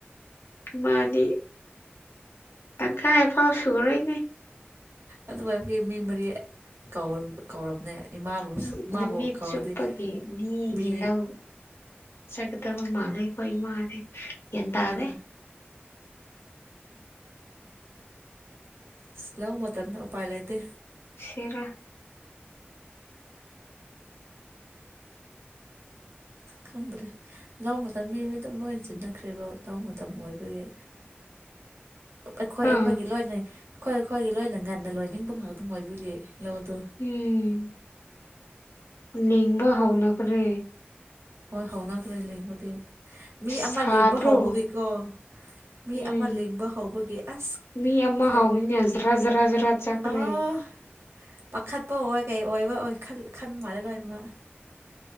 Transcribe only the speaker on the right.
ꯑꯗꯨ ꯑꯣꯏꯕꯒꯤ ꯃꯤ ꯃꯔꯤ ꯀꯧꯔ ꯀꯧꯔꯕꯅꯦ ꯏꯃꯥꯕꯨ
ꯃꯥꯕꯨ
ꯀꯧꯔꯗꯤ
ꯃꯤ
ꯑꯣ ꯑꯁ ꯂꯧ ꯃꯇꯝꯗ ꯎꯄꯥꯏ ꯂꯩꯇꯦ
ꯈꯪꯗ꯭ꯔꯦ ꯂꯧ ꯃꯇꯝ ꯃꯤ ꯃꯤ ꯑꯗꯨꯝ ꯅꯣꯏꯟ ꯆꯤꯟꯅꯈ꯭ꯔꯦꯕ ꯂꯧ ꯃꯇꯝ ꯑꯣꯏꯕꯒꯤ ꯑꯩꯈꯣꯏ
ꯑꯩꯈꯣꯏꯒꯤ ꯂꯣꯏꯅꯩ ꯈꯣꯏ ꯑꯈꯣꯏꯒꯤ ꯂꯣꯏꯅ ꯉꯟꯅ ꯂꯣꯏꯅꯤꯡꯕ ꯉꯥꯛꯇꯪ ꯑꯣꯏꯕꯒꯤ ꯂꯧꯗꯨ
ꯍꯣꯏ ꯍꯧꯅꯈ꯭ꯔꯦ ꯂꯤꯡꯕꯗꯤ ꯃꯤ
ꯑꯃꯥ ꯂꯤꯡꯕ ꯍꯧꯕꯒꯤꯀꯣ ꯃꯤ
ꯑꯃꯥ ꯂꯤꯡꯕ ꯍꯧꯕꯒꯤ ꯑꯁ
ꯈꯨꯠ
ꯑꯥ ꯄꯥꯈꯠꯄ ꯑꯣꯏ ꯀꯩ ꯑꯣꯏꯕ ꯑꯣꯏ ꯈꯜ ꯈꯟꯕ ꯃꯥꯜꯂꯦ ꯂꯣꯏꯅꯃꯛ